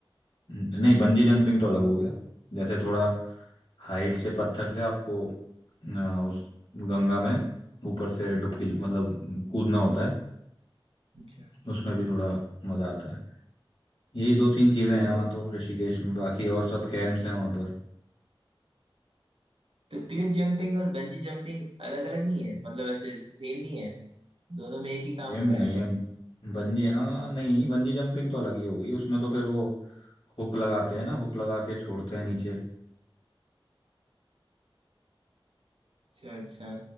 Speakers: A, on the left; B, on the right.
A: न- नहीं बंजी जंपिंग तो अलग हो गया जैसे थोड़ा हाइट से पत्थर से आपको आ, उस गंगा में ऊपर से डुबकी मतलब कूदना होता है
B: अच्छा
A: उसमें भी थोड़ा मजा आता है यही दो तीन चीजें
B: तो
A: हैं
B: तो,
A: वहाँ तो ऋषिकेश में बाकी और सब कैंप्स हैं वहाँ पर
B: तो क्लिफ जंपिंग और बंजी जंपिंग अलग अलग नहीं है मतलब ऐसे सेम नहीं है दोनों में एक ही काम
A: कैंप
B: हो रहा
A: नहीं
B: है
A: है बंजी हाँ नहीं बंजी जंपिंग तो अलग ही हो गई उसमें तो फिर वो हुक लगाते हैं ना हुक लगा के छोड़ते हैं नीचे
B: अच्छा अच्छा